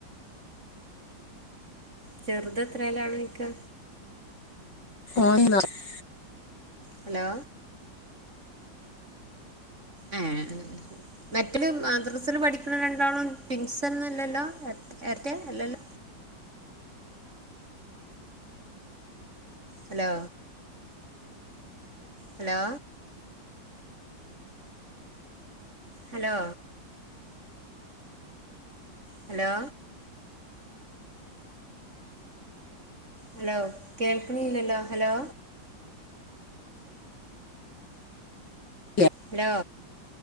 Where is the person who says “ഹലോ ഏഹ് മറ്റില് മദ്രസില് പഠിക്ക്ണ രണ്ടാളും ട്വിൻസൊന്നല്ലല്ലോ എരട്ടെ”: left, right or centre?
Right